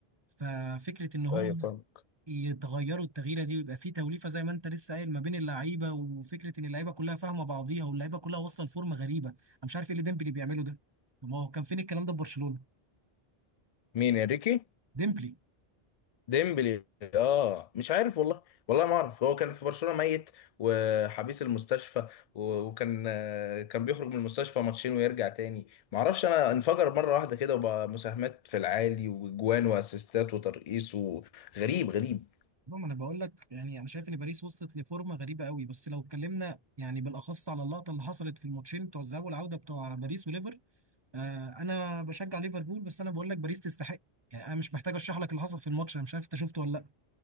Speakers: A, on the right (about 25°); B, on the left (about 45°).
A: ففكره ان هم
B: ايوه فاهم
A: يتغيروا التغييره دي ويبقى في توليفه زي ما انت لسه قايل ما بين اللعيبه وفكره ان اللعيبه كلها فاهمه بعضيها واللعيبه كلها واصله لفورمه غريبه انا مش عارف ايه اللي ديمبلي بيعمله ده طب ما هو كان فين الكلام ده في برشلونه
B: مين انريكي
A: ديمبلي
B: ديمبلي اه مش عارف والله والله ما اعرف هو كان في برشلونة ميت وحبيس المستشفى و- وكان آه، كان بيخرج من المستشفى ماتشين ويرجع تاني ما اعرفش انا انفجر مرة واحدة كده وبقى مساهمات في العالي واجوان واسيستات وترقيص وغريب غريب
A: المهم انا بقول لك يعني انا شايف ان باريس وصلت لفورمه غريبه قوي بس لو اتكلمنا يعني بالاخص على اللقطه اللي حصلت في الماتشين بتوع الذهاب والعوده بتوع باريس وليفر آه انا بشجع ليفربول بس انا بقول لك باريس تستحق يعني انا مش محتاج اشرح لك اللي حصل في الماتش انا مش عارف انت شفته ولا لا